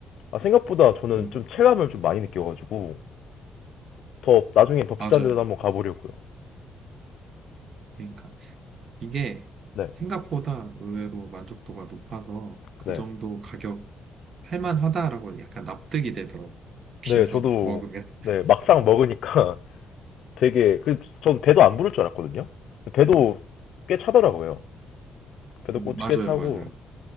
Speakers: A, on the left; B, on the right.
A: 아, 생각보다 저는
B: 음,
A: 좀 체감을 좀 많이 느껴가지고 더 나중에 더 비싼
B: 맞아요.
A: 데도 한번 가보려고요.
B: 그러니까 이게
A: 네.
B: 생각보다 의외로 만족도가 높아서 그
A: 네.
B: 정도 가격 할만하다라고 약간 납득이 되더라고. 비서
A: 네, 저도
B: 먹으면.
A: 네, 막상 먹으니까 <laughs> 되게 그 전 배도 안 부를 줄 알았거든요. 배도 꽤 차더라고요. 배도
B: 음,
A: 꽤
B: 맞아요,
A: 꽤 차고
B: 맞아요.